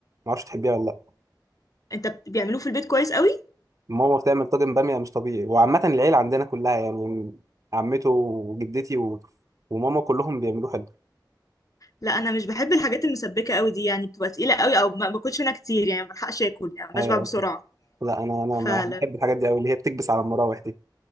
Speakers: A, on the right (about 45°); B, on the left (about 45°).
A: ما اعرفش تحبيها ولا لا
B: انت بت- بيعملوه في البيت كويس قوي
A: ماما بتعمل طاجن باميه مش طبيعي وعامه العيله عندنا كلها يعني عمته وجدتي و... وماما كلهم بيعملوه حلو
B: لا انا مش بحب الحاجات المسبكه قوي دي يعني بتبقى تقيله قوي او ما باكلش منها كتير يعني ما بلحقش اكل يعني بشبع
A: ايوه
B: بسرعه
A: لا انا انا
B: فلا
A: ما بحب الحاجات دي قوي اللي هي بتكبس على المراوح دي